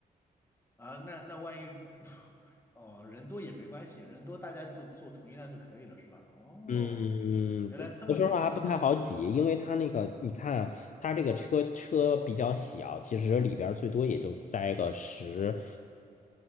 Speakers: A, on the left (about 15°); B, on the left (about 50°).
A: 啊。那那万一 <laughs> 哦，人多也没关系，人多大家坐坐同一辆就可以了，是吧？哦，
B: 嗯，
A: 原来这么个交通，
B: 对有时候还不太好挤，因为它那个，你看它这个车车比较小，其实里边儿最多也就塞个十